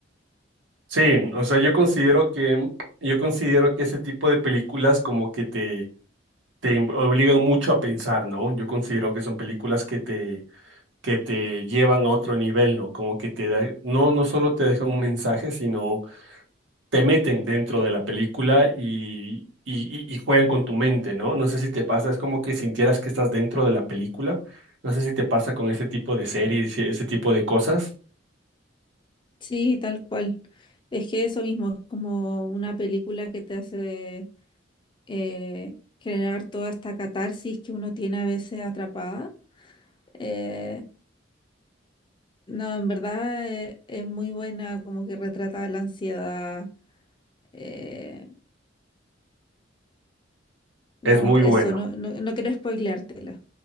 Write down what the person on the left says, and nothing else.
Sí, tal cual. Es que eso mismo, es como una película que te hace eh, generar toda esta catarsis que uno tiene a veces atrapada. Eh, no, en verdad eh, es muy buena, como que retrata la ansiedad. eh, no,
eso,
no, no, no quiero spoileártela.